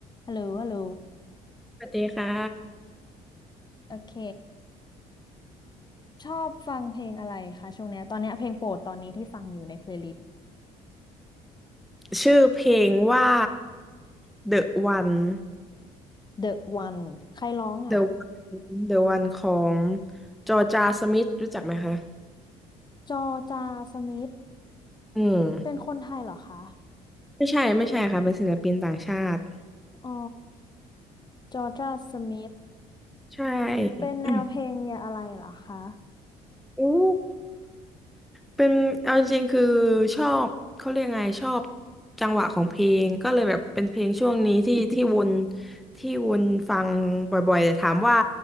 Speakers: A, on the left; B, in the centre.
A: ฮัลโหลฮัลโหล
B: สวัสดีค่ะ
A: โอเค ชอบฟังเพลงอะไรคะช่วงเนี้ยตอนเนี้ยเพลงโปรดตอนนี้ที่ฟังอยู่ในเพลย์ลิสต์
B: ชื่อเพลงว่า The One
A: The One ใครร้องอ่ะ
B: The One The One ของจอร์จาสมิธรู้จักไหมคะ
A: จอจาสมิธ
B: อืม
A: เป็นคนไทยเหรอคะ
B: ไม่ใช่ไม่ใช่ค่ะเป็นศิลปินต่างชาติ
A: อ๋อจอจาสมิธ
B: ใช่
A: เป็นแนวเพลงอย่าอะไรเหรอคะ
B: อืมอู้ เป็นเอาจริงๆคือชอบเขาเรียกไงชอบจังหวะของเพลงก็เลยแบบเป็นเพลงช่วงนี้ที่ <laughs> ที่วนที่วนฟังบ่อยๆแต่ถามว่า